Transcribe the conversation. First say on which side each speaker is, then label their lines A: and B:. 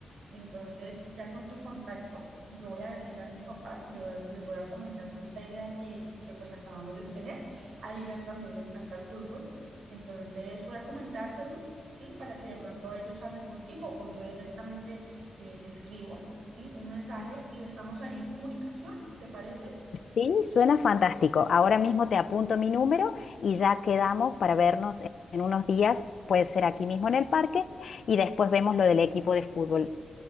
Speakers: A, on the right; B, on the left.
A: Entonces, ya con tu contacto, yo voy a decirle a mis papás y le voy a- les voy a comentar de esta idea que, que pues acabamos de tener. A Dylan también le encanta el fútbol. Entonces voy a comentárselos, ¿sí? Para que de pronto ellos hablen contigo o yo directamente eh, te escribo, ¿sí? Un mensaje y estamos ahí en comunicación, ¿te parece?
B: Sí, suena fantástico. Ahora mismo te apunto mi número y ya quedamos para vernos en en unos días. Puede ser aquí mismo en el parque y después vemos lo del equipo de fútbol.